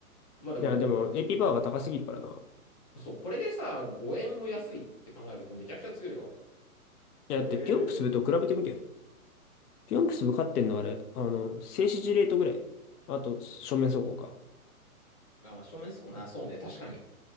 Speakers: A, on the left (about 25°); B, on the left (about 85°).
A: まあでも、
B: いや、でも、AP パワーが高すぎるからな。
A: そう、これでさ、5円も安いって考えるとめちゃくちゃ強いわ。
B: いや、
A: へえ。
B: だって、ピョンプスブと比べてみてよ。ピョンプスブ勝ってんのあれ、あの、静止時レートぐらい。あと、正面走行か。
A: まあ、まあ正面そうな、そうね、確かに。